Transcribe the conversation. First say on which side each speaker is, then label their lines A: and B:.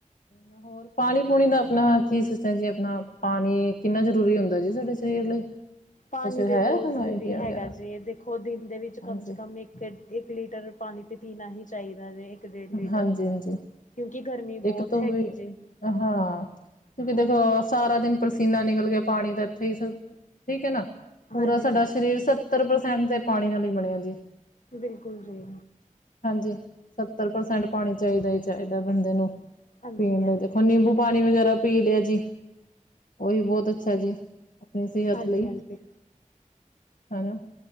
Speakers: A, on the left; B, on the left.
A: ਮੈਂ ਹੋਰ। ਪਾਣੀ- ਪੂਣੀ ਦਾ ਆਪਣਾ ਕੀ ਸਿਸਟਮ ਜੀ। ਆਪਣਾ ਪਾਣੀ ਕਿੰਨਾ ਜ਼ਰੂਰੀ ਹੁੰਦਾ ਜੀ ਸਾਡੇ ਸਰੀਰ ਲਈ। <inaudible>
B: ਪਾਨੀ
A: ਹੈ
B: ਦੇ ਬੋਤ
A: ਤੁਹਾਨੂੰ
B: ਜ਼ਰੂਰੀ
A: ਆਈਡੀਆ
B: ਹੈਗਾ
A: ਵਗੈਰਾ
B: ਜੀ, ਦੇਖੋ ਦਿਨ ਦੇ ਵਿੱਚ
A: ਹਾਂਜੀ
B: ਕਮ ਸੇ ਕਮ ਇੱਕ ਇੱਕ ਲੀਟਰ ਪਾਨੀ ਤੇ ਪੀਨਾ ਹੀ ਚਾਈਦਾ ਵੇ। ਇੱਕ, ਡੇੜ ਲੀਟਰ
A: ਹਾਂਜੀ ਹਾਂਜੀ
B: ਕਿਉਂਕਿ ਗਰਮੀ
A: ਇੱਕ
B: ਬੋਤ
A: ਤੋਂ
B: ਹੈਗੀ
A: ਵੀ
B: ਜੇ।
A: ਹਾਂ, ਕਿਉਕਿ ਦੇਖੋ ਸਾਰਾ ਦਿਨ ਪਰਸੀਨਾ ਨਿਕਲ ਗਯਾ, ਪਾਨੀ ਤਾ ਇੱਥੇ ਈ ਸ ਠੀਕ ਐ ਨਾ, ਪੂਰਾ
B: ਹਾਂਜੀ
A: ਸਾਡਾ
B: ਹਾਂਜੀ
A: ਸ਼ਰੀਰ ਸੱਤਰ ਪ੍ਰਸੈਂਟ ਤੇ ਪਾਨੀ ਨਾਲ ਈ ਬਣਯਾ ਜੀ।
B: ਬਿਲਕੁਲ ਜੀ।
A: ਹਾਂਜੀ, ਸੱਤਰ ਪਰਸੈਂਟ ਪਾਨੀ ਚਾਹੀਦਾ ਈ ਚਾਹੀਦਾ ਬੰਦੇ ਨੂੰ।
B: ਹਾਂਜੀ
A: ਪੀਨ
B: ਇਹ
A: ਲਈ,
B: ਤੇ
A: ਦੇਖੋ
B: ਹੈ
A: ਨਿੰਬੂ-ਪਾਨੀ
B: ਹੀ ਹੈ।
A: ਵਗੈਰਾ ਪੀ ਲਿਆ ਜੀ। ਓਈ ਬੋਤ ਅੱਛੈ ਜੀ, ਅਪਨੀ ਸੇਹਤ
B: ਹਾਂਜੀ
A: ਲਈ,
B: ਹਾਂਜੀ
A: ਹਨਾ